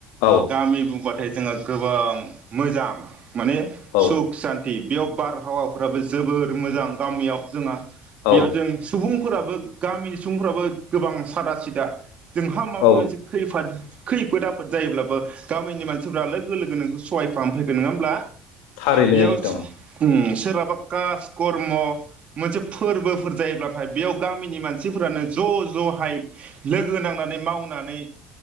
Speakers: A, on the left; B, on the right.
A: औ
B: गामि बुंबाथाय। जोङो गोबां मोजां माने
A: औ
B: सुख सान्ति। बेयाव बारहावाफ्राबो जोबोर मोजां गामियाव जोंहा बेयाव
A: औ
B: जों सुबुं फोराबो गामिनि सुबुंफ्राबो गोबां सादा सिदा जोंहा माबा
A: औ
B: मोनसे खैफोद खैफोद आफोद जायोब्लाबो गामिनि मानसिफ्रा लोगो लोगो नोखौ सहाय खालामफैगोन नंङा होमब्ला?
A: थारैनो
B: बेयाव
A: एकदम
B: उम सोरहाबा कास कर्म मोनसे फोरबो फोर जायोब्लाथाय बेयाव गामिनि मानसिफोरानो ज ज हाय लोगो नांनानै मावनानै